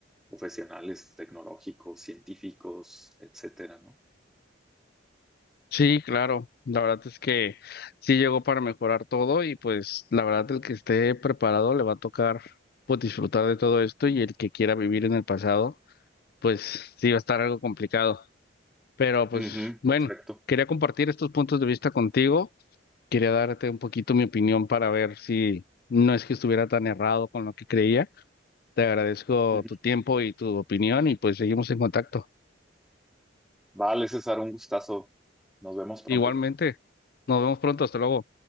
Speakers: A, in the centre; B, on the left (about 50°).
A: profesionales, tecnológicos, científicos, etcétera, ¿no?
B: Sí, claro. La verdad es que sí llegó para mejorar todo y pues la verdad el que esté preparado le va a tocar pues disfrutar de todo esto y el que quiera vivir en el pasado, pues sí va a estar algo complicado. Pero pues
A: Ujú,
B: bueno,
A: exacto.
B: quería compartir estos puntos de vista contigo. Quería darte un poquito mi opinión para ver si no es que estuviera tan errado con lo que creía. Te agradezco
A: Ujú.
B: tu tiempo y tu opinión y pues seguimos en contacto.
A: Vale, César, un gustazo. Nos vemos pronto.
B: Igualmente, nos vemos pronto, hasta luego.